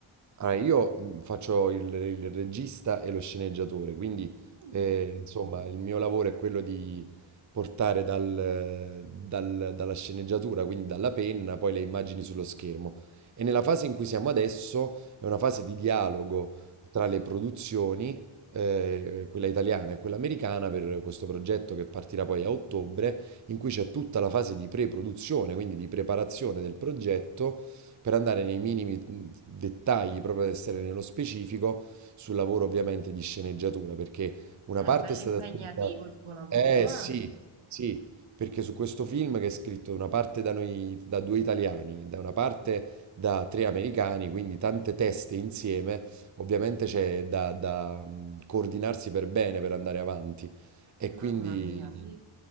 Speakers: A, on the right (about 35°); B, on the right (about 75°).
A: Allora, io mh, faccio il, il regista e lo sceneggiatore, quindi
B: Mm.
A: eh, insomma il mio lavoro è quello di portare dal- dal- dalla sceneggiatura, quindi dalla penna, poi le immagini sullo schermo. E nella fase in cui siamo adesso è una fase di dialogo tra le produzioni, eh, quella italiana e quella americana, per questo progetto che partirà poi a ottobre, in cui c'è tutta la fase di pre-produzione, quindi di preparazione del progetto per andare nei minimi dettagli, proprio ad essere nello specifico, sul lavoro ovviamente di sceneggiatura, perché una
B: Eh,
A: parte
B: È bello
A: è stata
B: impegnativo
A: scritta...
B: il tuo lavoro,
A: Eh
B: eh?
A: sì, sì, perché su questo film che è scritto una parte da noi, da due italiani, da una parte da tre americani, quindi tante teste insieme, ovviamente c'è da, da, mh, coordinarsi per bene per andare avanti. E
B: Mamma
A: quindi...
B: mia, sì.